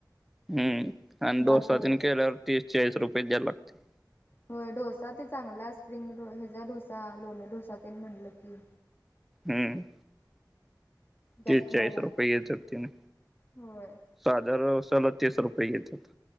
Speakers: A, in the centre; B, on the left.
A: हम् आणि
B: बास
A: डोसा
B: होई
A: तेन
B: तर
A: केल्यावर तीस, चाळीस रुपये द्यायला लागते.
B: होय डोसा ते चांगला स्प्रिंग हेचा डोसा, लोणी डोसा तेन म्हटलं की,
A: हम्म
B: जास्त
A: तीस, चाळीस
B: द्यायला
A: रुपये येत होते ना
B: होय
A: साध्या डोसाला तीस रुपये येत होते.